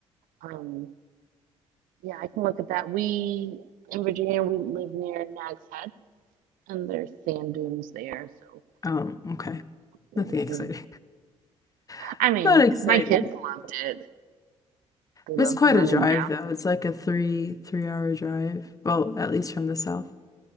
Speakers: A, on the right (about 65°); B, on the left (about 25°).
A: Um yeah, I can look at that. We in Virginia we live near Nags Head. and there's sand dunes there. So
B: Oh, okay.
A: we've
B: Nothing exciting.
A: seen.
B: <laughs>
A: I mean,
B: Not exciting.
A: my kids loved it. They
B: It's
A: loved
B: quite
A: running
B: a drive
A: down.
B: though. It's like a three three hour drive. Well, at least from the south,